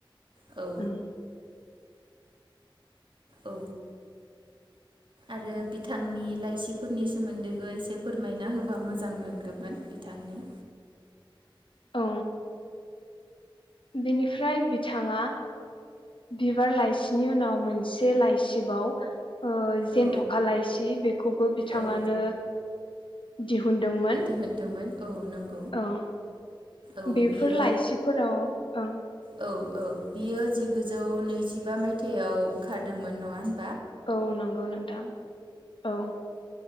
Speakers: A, on the right; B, on the left.
A: औ
B: ओं
A: औ आरो बिथांनि लाइसिफोरनि सोमोन्दैबो एसे फोरमायना होबा मोजां मोनगौमोन बिथांनि
B: औ बिनिफ्राय बिथाङा बिबार लाइसिनि उनाव मोनसे लाइसिबाव ओ जेनथ'खालायसि
A: औ
B: बेखौबो बिथाङानो
A: औ
B: दिहुनदोंमोन
A: दिहुनदोंमोन औ नंगौ।
B: औ
A: औ
B: बेफोर
A: बियो
B: लाइसिफोराव ओं।
A: औ औ बियो जिगुजौ नैजिबा मायथाइयाव ओंखारदोंमोन नङा होन
B: औ नंगौ नोंथां औ।